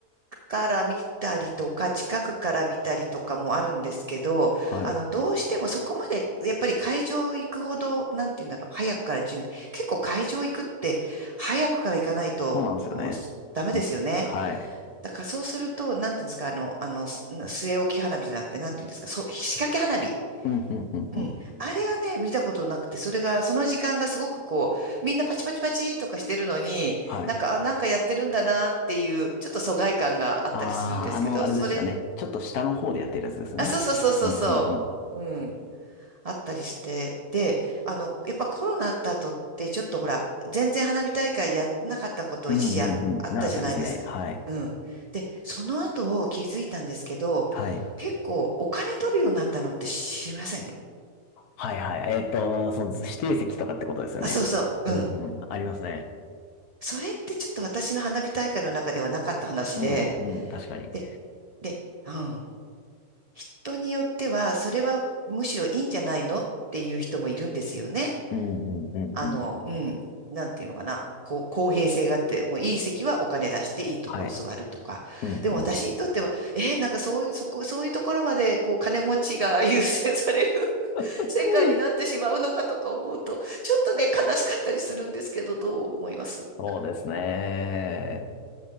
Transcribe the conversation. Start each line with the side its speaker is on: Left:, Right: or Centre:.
Right: くから見たりとか、近くから見たりとかもあるんですけど、
Left: はい。
Right: あの、どうしてもそこまで、やっぱり会場行くほど、なんていうんだろう、早くから準備。結構会場行くって、早くから行かないと、
Left: そうなんですよね。
Right: こう、ダメですよね。
Left: うんはい。
Right: だからそうすると、なんていうんですか、あの、あの、す据え置き花火じゃなくて、なんていうんですか、そう、仕掛け花火。
Left: うん、うん、うん、うん。
Right: うん。あれがね、見たことなくて、それが、その時間がすごくこう、みんなパチパチパチとかしてるのに、
Left: はい。
Right: なんか、あ、なんかやってるんだなっていう、ちょっと疎外感があったりするんですけど、
Left: ああ、あの、あれですよね。
Right: それ、
Left: ちょっと下の方でやってるやつですね。
Right: あ、そうそうそうそうそう。
Left: うん、うん、うん。
Right: うん。あったりして、で、あの、やっぱコロナあった後って、ちょっとほら、全然花火大会やんなかったこと一時あ、
Left: うん、うん、うん。
Right: あったじゃないですか。
Left: なかったですね。はい。
Right: うん。で、その後気づいたんですけど、
Left: はい。
Right: 結構お金取るようになったのって知りません
Left: はい、はい。えっと、そう、指定席とかってことですよね。
Right: あ、そうそう。
Left: うん、
Right: うん。
Left: うん。ありますね。
Right: それってちょっと私の花火大会の中ではなかった話で、
Left: うん、うん。確かに。
Right: で、で、うん。人によっては、それはむしろいいんじゃないのっていう人もいるんですよね。
Left: うん、うん、うん、
Right: あの、
Left: うん。
Right: うん、なんていうのかな、こう、公平性があって、もういい席はお金出していいところ座るとか。
Left: はい。うん、
Right: でも私にとっては、
Left: うん。
Right: えー、なんかそういう、そこ、そういうところまで、こう、金持ちが優先される <laughs>
Left: <laughs>
Right: 世界になってしまうのかとか思うと、ちょっとね、悲しかったりするんですけど、どう思います
Left: そうですね。